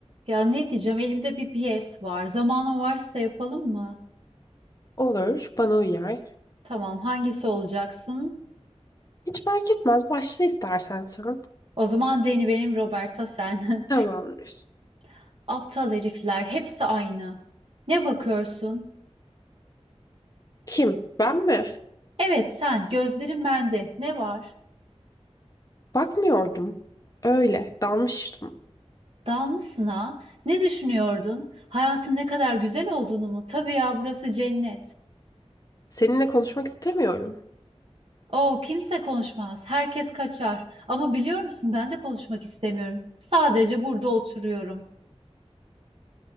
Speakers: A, on the right (about 55°); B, on the left (about 30°).
A: Ya ne diyeceğim? Elimde bir piyes var. Zamanın varsa yapalım mı?
B: Olur, bana uyar.
A: Tamam, hangisi olacaksın?
B: Hiç fark etmez, başla istersen sen.
A: O zaman Deni benim, Roberta sen.
B: Tamamdır.
A: <laughs> Aptal herifler, hepsi aynı. Ne bakıyorsun?
B: Kim? Ben mi?
A: Evet sen, gözlerin bende. Ne var?
B: Bakmıyordum. Öyle, dalmıştım.
A: Dalmışsın ha? Ne düşünüyordun? Hayatın ne kadar güzel olduğunu mu? Tabii ya, burası cennet.
B: Seninle konuşmak istemiyorum.
A: Oo, kimse konuşmaz. Herkes kaçar. Ama biliyor musun ben de konuşmak istemiyorum. Sadece burada oturuyorum.